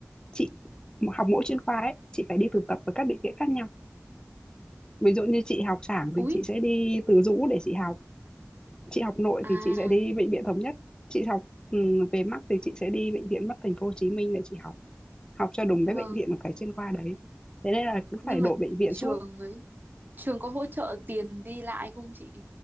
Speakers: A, on the left; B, on the right.
A: chị học mỗi chuyên khoa ấy chị phải đi thực tập ở các bệnh viện khác nhau ví dụ như chị học sản thì
B: úi
A: chị sẽ đi Từ Dũ để chị học chị học nội
B: à
A: thì chị sẽ đi bệnh viện Thống Nhất chị học ừ, về mắt thì chị sẽ đi bệnh viện mắt thành phố Hồ Chí Minh để chị học học cho đúng
B: vâng
A: cái bệnh viện của cái chuyên khoa đấy thế nên là cứ
B: nhưng
A: phải đổi
B: mà
A: bệnh viện
B: trường
A: suốt
B: ấy trường có hỗ trợ tiền đi lại không chị